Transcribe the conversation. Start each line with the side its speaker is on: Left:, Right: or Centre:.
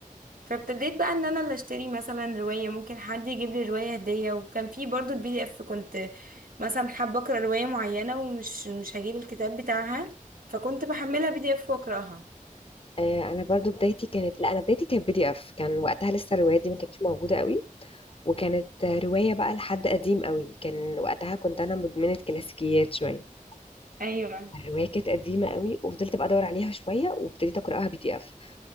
Right: فابتديت بقى ان انا اللي اشتري مثلا رواية ممكن حد يجيب لي رواية هدية وكان في برضو البي دي اف كنت مثلا حابة اقرا رواية معينة ومش مش هجيب الكتاب بتاعها فكنت بحملها بي دي اف واقراها
Left: آه، انا برضو بدايتي كانت لا انا بدايتي كانت بي دي اف كان وقتها لسه الروايات دي ما كانتش موجوده قوي وكانت رواية بقى لحد قديم قوي كان وقتها كنت أنا مدمنة كلاسيكيات شوية
Right: ايوه
Left: الرواية كانت قديمة قوي وفضلت بقى أدور عليها شوية وابتديت أقرأها بي دي إف